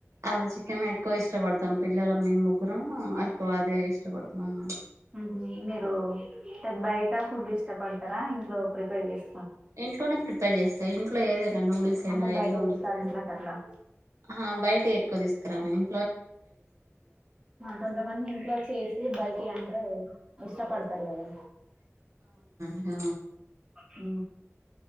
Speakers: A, on the right; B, on the right.
A: అలా చికెన్ ఎక్కువ ఇష్టపడతాం పిల్లల మేం ముగ్గురం ఎక్కువ అదే ఇష్టపడతాం
B: హు మీరు బయట ఫుడ్ ఇష్టపడతారా ఇంట్లో ప్రిపేర్ చేస్తా
A: ఇంట్లోనే ప్రిపేర్ చేస్తా ఇంట్లో ఏదైనా నూడిల్స్ అయినా
B: అంటే బయట
A: ఎగ్ నూడిల్స్
B: రెస్టారెంట్ లకు అట్లా
A: హా బయట తీసుకురానిను
B: కొంతమంది ఇంట్లో చేసి బయటివి అంటే ఇష్టపడతారు కదా
A: ఆ
B: ఊ